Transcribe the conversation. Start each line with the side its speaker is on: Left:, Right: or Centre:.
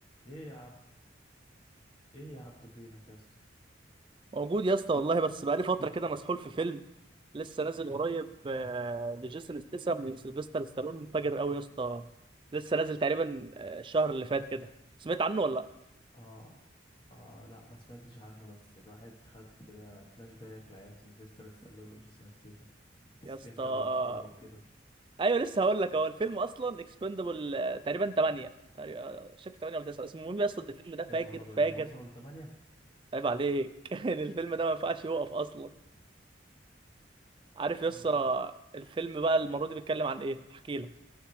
Left: ايه يا عبد ايه يا عبدو فينك يا اسطى
Right: موجود يا اسطى والله بس بقالي فترة كده مسحول في فيلم لسه نازل قريب آه، لجيسون ستاثام وسيلفستر ستالون منفجر قوي يا اسطى لسه نازل تقريبا آه، الشهر اللي فات كده سمعت عنه ولا لا
Left: اه اه لا ما سمعتش عنه بس الواحد خد كده فلاش باك لايام سيلفستر stallone وجيسون ستيسن اكسبندابلز
Right: يا اسطى آه،
Left: بقى وكده
Right: ايوه لسه هقول لك هو الفيلم اصلا اكسبندبل تقريبا 8 تقريبا شكل 8 ولا 9 المهم يا اسطى الفيلم ده فاجر
Left: يا نهار ابيض
Right: فاجر
Left: هم وصلوا لتمانية
Right: عيب عليك <laughs> الفيلم ده ما ينفعش يوقف اصلا عارف يا اسطى
Left: اه
Right: الفيلم بقى المرة دي بيتكلم عن ايه احكي